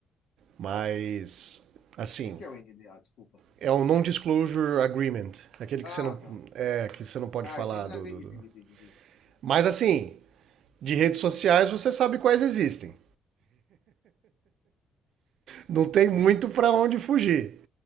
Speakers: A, on the right (about 70°); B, on the left (about 80°).
A: Mas, assim,
B: que que é o NDA? Desculpa.
A: É um non-disclosure agreement, aquele que
B: Ah,
A: você não
B: tá.
A: é que você não pode
B: Ah,
A: falar
B: entendi. Não,
A: do,
B: entendi,
A: do, do.
B: entendi, entendi. entendi.
A: Mas assim, de redes sociais você sabe quais existem. Não tem muito para onde fugir.